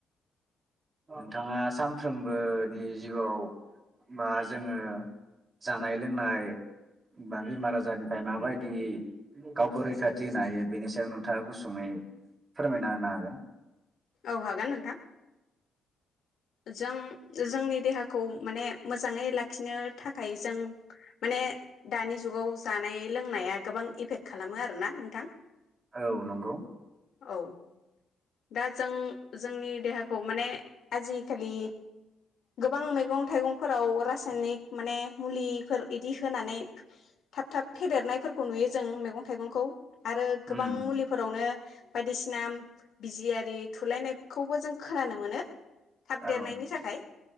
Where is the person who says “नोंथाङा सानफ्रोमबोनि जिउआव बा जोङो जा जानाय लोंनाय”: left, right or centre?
Right